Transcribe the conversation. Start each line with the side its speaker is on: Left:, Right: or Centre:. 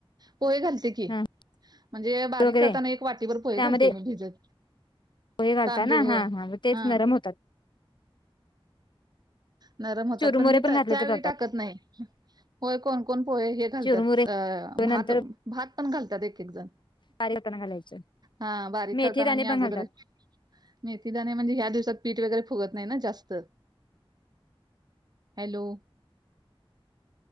Right: पोहे घालते कि.
Left: हा
Right: म्हणजे बारीक
Left: वगैरे
Right: करताना एक वाटीभर पोहे
Left: त्यामध्ये
Right: घालते मी भिजत.
Left: पोहे घालता
Right: तांदूळ
Left: ना
Right: होय
Left: हां हां म तेच
Right: हा
Left: नरम होतात.
Right: नरम होतात
Left: चुरमुरे
Right: पण मी त
Left: घातले
Right: त्यावेळी
Left: तर चालतात
Right: टाकत नाई होय कोण कोण पोहे हे घालत्यात
Left: चुरमुरे
Right: अ
Left: नंतर
Right: भात भात पण घालत्यात एक एक दा.
Left: बारीक करताना घालायचं
Right: हा बारीक
Left: मेथी
Right: करताना
Left: दाणे
Right: मी
Left: पण
Right: आगदर
Left: घालतात
Right: मेथीदाणे म्हणजे ह्या दिवसात पीठ वगैरे फुगत नाही ना जास्त हॅलो.